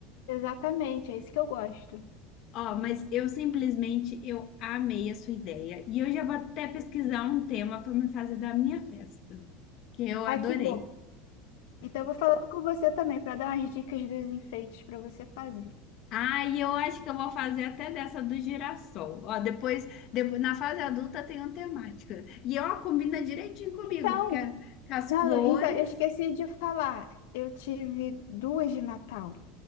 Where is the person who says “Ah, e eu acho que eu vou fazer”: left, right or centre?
Left